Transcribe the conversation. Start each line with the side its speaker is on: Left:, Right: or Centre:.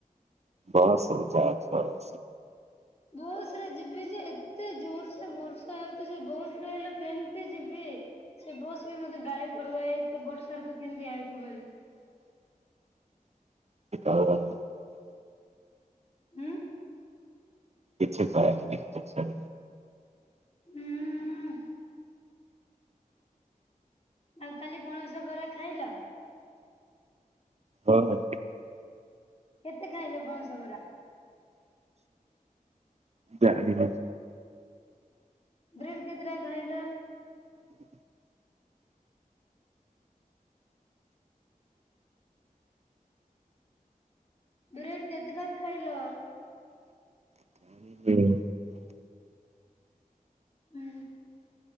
Right: ବସରେ ଯାଉ ଥିଲ।
Left: ବହୁତ ସାରେ ଯିବି ଯେ ଏତେ ଜୋର ସେ ବର୍ଷା ହଉଛି ବହୁତ ହେଲେ କେମିତି ଯିବି? ସେ ବସ ବି ମତେ ଗାଳି କର ଏଇ ବର୍ଷାରେ ତୁ କେମତି ଆଇଚୁ ବେଲେ?
Right: <inaudible>
Left: ଉଁ।
Right: କିଛି କହ କିଛି
Left: ହୁଁ ହୁଁ ଆଉ କାଲି ପଣସ ପରା ଖାଇଲ?
Right: ଓ ହୋ।
Left: କେତେ ଖାଇଲ ପଣସ ପୁରା?
Right: ଯାଣିନି।
Left: ବ୍ରେଡ଼ କେତେଟା ଖାଇଲ?
Right: <inaudible>
Left: ବ୍ରେଡ କେତେଟା ଖାଇଲ?
Right: ଆ
Left: ହୁଁ